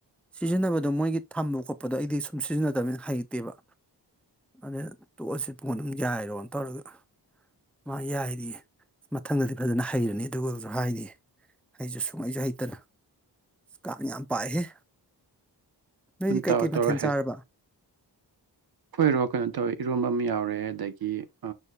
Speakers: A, in the centre; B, on the right.
A: ꯁꯤꯖꯤꯟꯅꯕꯗꯣ ꯃꯣꯏꯒꯤ ꯊꯝꯕ ꯈꯣꯠꯄꯗꯣ ꯑꯩꯗꯤ ꯁꯨꯝ ꯁꯤꯖꯤꯟꯅꯗꯕꯅꯤꯅ ꯍꯩꯇꯦꯕ ꯑꯗꯩ ꯇꯣꯛꯑꯁꯤ ꯄꯨꯡꯉꯣ ꯑꯗꯨꯝ ꯌꯥꯏꯔꯣꯅ ꯇꯧꯔꯒ ꯃꯥ ꯌꯥꯏꯔꯤꯌꯦ ꯃꯊꯪꯗꯗꯤ ꯐꯖꯅ ꯍꯩꯔꯅꯤ ꯑꯗꯨꯒꯁꯨ ꯍꯥꯏꯔꯤꯌꯦ ꯑꯩꯩꯁꯨ ꯁꯨꯡꯍꯩꯁꯨ ꯍꯩꯇꯅ ꯀꯥꯡ ꯌꯥꯝ ꯄꯥꯏꯍꯦ ꯅꯣꯏꯗꯤ
B: ꯑꯗꯨꯝ
A: ꯀꯩꯀꯩ
B: ꯇꯧꯔ ꯇꯧꯔ
A: ꯃꯊꯦꯜ ꯆꯥꯔꯕ
B: ꯈꯣꯏꯔꯣ ꯀꯩꯅꯣ ꯇꯧꯋꯦ ꯏꯔꯣꯝꯕ ꯑꯃ ꯌꯥꯎꯔꯦ ꯑꯗꯒꯤ ꯑ